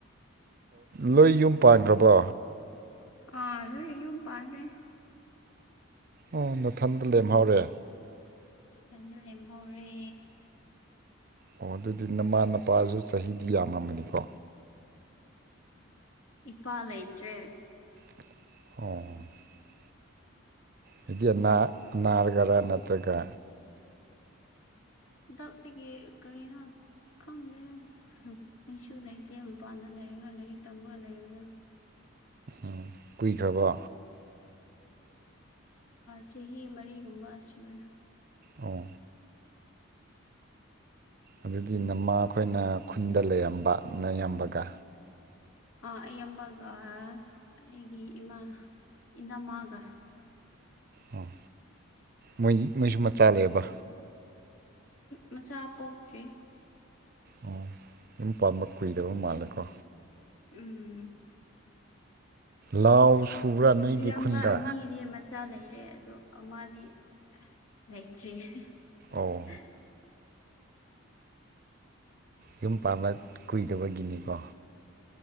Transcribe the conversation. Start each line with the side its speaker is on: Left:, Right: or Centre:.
Right: ꯂꯣꯏ ꯌꯨꯝ ꯄꯥꯟꯈ꯭ꯔꯕ
Left: ꯑ ꯑꯣ ꯑꯨꯝ ꯄꯥ꯭ꯔꯦ
Right: ꯑꯣ ꯃꯊꯟꯗ ꯂꯦꯝꯍꯧꯔꯦ
Left: ꯌꯥꯝꯟꯅ ꯂꯦꯝꯍꯧꯔꯦ
Right: ꯑꯣ ꯑꯗꯨꯗꯤ ꯅꯃꯥ ꯅꯄꯥꯁꯨ ꯆꯍꯤꯗꯤ ꯌꯥꯝꯃꯃꯅꯤꯀꯣ
Left: ꯏꯄꯥ ꯂꯩꯇ꯭ꯔꯦ
Right: ꯑꯣ <unintelligible> <inaudible> ꯍꯥꯏꯗꯤ ꯅꯥꯔꯒꯔꯥ ꯅꯠꯇ꯭ꯔꯒ
Left: ꯈꯨꯗꯛꯇꯒꯤ ꯀꯔꯤꯅ ꯈꯪꯗꯦ ꯑꯩꯁꯨ ꯂꯩꯇꯦ ꯃꯄꯥꯟꯗ ꯂꯩꯔꯒ ꯂꯥꯏꯔꯤꯛ ꯇꯝꯃꯒ ꯂꯩꯔꯅ
Right: ꯎꯝ ꯀꯨꯏꯈ꯭ꯔꯕꯣ
Left: ꯆꯍꯤ ꯃꯔꯤꯒꯨꯝꯕ ꯁꯨꯔꯦ
Right: ꯑꯣ ꯑꯗꯨꯒꯤ ꯅꯃꯥ ꯑꯩꯈꯣꯏꯅ ꯈꯨꯟꯗ ꯂꯩꯔꯝꯕꯅꯌꯥꯝꯕꯒ
Left: ꯑ ꯑꯩꯃꯒ ꯑꯩꯒꯤ ꯏꯃꯥ ꯏꯅꯝꯃꯥꯒ
Right: ꯑꯣ ꯃꯣꯏ ꯃꯣꯏꯁꯨ ꯃꯆꯥꯂꯦꯕ
Left: ꯃꯆꯥ ꯄꯣꯛꯇ꯭ꯔꯤ
Right: ꯑꯣ ꯌꯨꯝ ꯄꯥꯝꯕ ꯀꯨꯏꯗꯕ ꯃꯥꯜꯂꯦꯀꯣ
Left: ꯎꯝ
Right: ꯂꯥꯎ ꯁꯨꯕ꯭ꯔꯥ ꯅꯣꯏꯒꯤ
Left: ꯌꯥꯝꯕ
Right: ꯈꯨꯟꯗ
Left: ꯑꯅꯤꯗꯤ ꯃꯆꯥ ꯂꯩꯔꯦ ꯑꯗꯣ ꯑꯃꯗꯤ ꯉꯩꯇ꯭ꯔꯤ <inaudible>
Right: ꯑꯣ ꯌꯨꯝ ꯄꯥꯟꯕꯥꯂ ꯀꯨꯏꯗꯕꯒꯤꯅꯤꯀꯣ